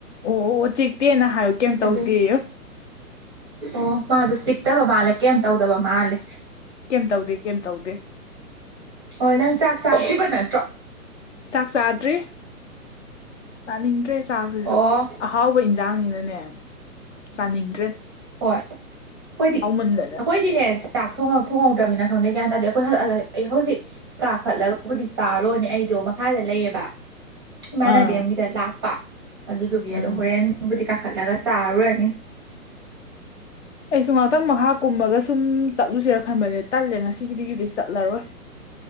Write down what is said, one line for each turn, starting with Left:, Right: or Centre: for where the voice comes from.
Left: ꯑꯣ ꯑꯣ ꯆꯦꯛꯇꯦꯅ ꯍꯥꯏꯌꯨ ꯀꯩꯝ ꯇꯧꯗꯦ
Right: ꯑꯗꯨꯏ ꯑꯣ ꯃꯥꯗꯣ ꯆꯤꯛꯇꯕ ꯃꯥꯜꯂꯦ ꯀꯩꯝ ꯇꯧꯗꯕ ꯃꯥꯜꯂꯦ
Left: ꯀꯩꯝ ꯇꯧꯗꯦ ꯀꯩꯝ ꯇꯧꯗꯦ
Right: ꯍꯣꯏ ꯅꯪ ꯆ ꯆꯥꯛꯤꯅꯠ
Left: ꯆꯥꯛ ꯆꯥꯗ꯭ꯔꯦ ꯆꯥꯅꯤꯡꯗ꯭ꯔꯦ ꯆꯥꯛꯁꯤꯁꯨ
Right: ꯑꯣ
Left: ꯑꯍꯥꯎꯕ ꯏꯟꯁꯥꯡꯅꯤꯅꯅꯦ ꯆꯥꯅꯤꯡꯗ꯭ꯔꯦ
Right: ꯍꯣꯏ ꯑꯩꯈꯣꯏꯗꯤ
Left: ꯍꯥꯎꯃꯟꯗꯅ
Right: ꯑꯩꯈꯣꯏꯗꯤ ꯥꯛ ꯊꯣꯡꯍꯧꯗ꯭ꯔꯕꯅꯤꯅ ꯈꯪꯗꯦ ꯒ꯭ꯌꯥꯟ ꯇꯥꯔꯗꯤ ꯑꯩꯈꯣꯏ ꯑꯩ ꯍꯧꯖꯤꯛ ꯀꯥꯈꯠꯂꯒꯕꯨꯗꯤ ꯆꯥꯔꯣꯅꯦ ꯑꯩ ꯑꯩꯗꯣ ꯃꯈꯥꯗ ꯂꯩꯌꯦꯕ ꯏꯃꯥꯟꯅꯕꯤ
Left: ꯑꯥ
Right: ꯑꯃꯒꯤꯗ ꯂꯥꯛꯄ ꯑꯗꯨꯗꯨꯒꯤ
Left: ꯎꯝ
Right: ꯑꯗꯣ ꯍꯣꯔꯦꯟꯕꯨꯗꯤ ꯀꯥꯈꯠꯂꯒ ꯆꯥꯔꯨꯔꯅꯤ
Left: ꯑꯩꯁꯨ ꯉꯍꯥꯛꯇꯪ ꯃꯈꯥ ꯀꯨꯝꯃꯒ ꯁꯨꯝ ꯆꯠꯂꯨꯁꯤꯔ ꯈꯟꯕꯅꯦ ꯇꯜꯂꯦ ꯉꯁꯤꯒꯤꯗꯒꯤꯗꯤ ꯆꯠꯂꯔꯣꯏ